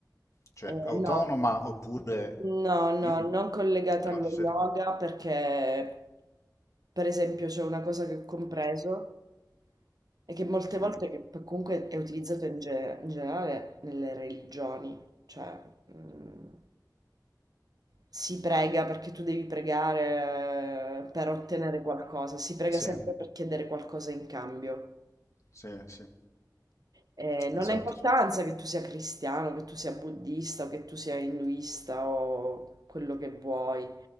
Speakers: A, on the left; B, on the right.
A: cioè
B: eh,
A: autonoma
B: no.
A: oppure...
B: No, no,
A: mm?
B: non collegata
A: No,
B: allo
A: ci
B: yoga
A: sei-
B: perché, per esempio, c'è una cosa che ho compreso e che molte
A: sì,
B: volte che p- comunque è utilizzato in, ge- in generale nelle religioni, cioè mm, si prega perché tu devi pregare eh, per ottenere qualcosa, si prega
A: sì,
B: sempre per chiedere qualcosa in cambio.
A: sì, sì,
B: Eh, non
A: esatto.
B: ha importanza che tu sia cristiano, che tu sia buddista, o che tu sia induista o quello che vuoi.